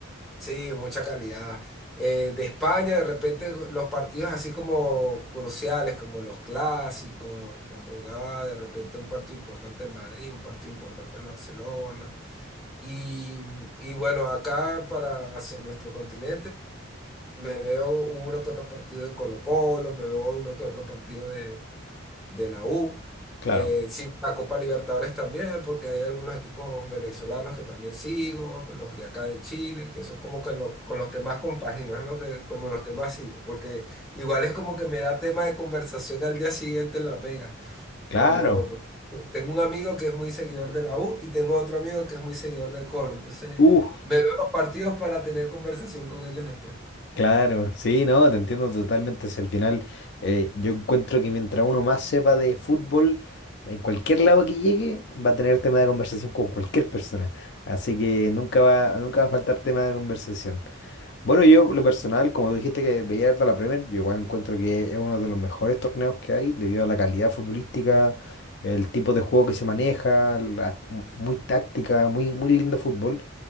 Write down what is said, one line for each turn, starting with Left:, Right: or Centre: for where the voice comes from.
Centre: Sí, mucha calidad. Eh, de España, de repente, los partidos así como cruciales, como los clásicos, cuando jugaba de repente un partido importante el Madrid, un partido importante el Barcelona. Y, y bueno, acá para hacia nuestro continente, me veo uno que otro partido de Colo-Colo, me veo uno que otro partido de de la U.
Left: claro,
Centre: Eh, sigo la Copa Libertadores también, porque hay algunos equipos venezolanos que también sigo, los de acá de Chile, que son como que lo- con los que más compagino, es lo que, como los que más sigo, porque igual es como que me da tema de conversación al día siguiente en la pega.
Left: claro.
Centre: Cuando por- tengo un amigo que es muy seguidor de la U y tengo otro amigo que es muy seguidor del Coro, entonces
Left: Uh,
Centre: me veo los partidos para tener conversación con ellos después.
Left: Claro, sí, no, te entiendo totalmente. Es el final. eh, yo encuentro que mientras uno más sepa de fútbol, en cualquier lado que llegue, va a tener tema de conversación con cualquier persona. Así que nunca va, nunca va a faltar tema de conversación. Bueno, yo, lo personal, como tú dijiste que veía harto la Premier, yo igual encuentro que es uno de los mejores torneos que hay, debido a la calidad futbolística, el tipo de juego que se maneja, la- muy táctica, muy, muy lindo fútbol.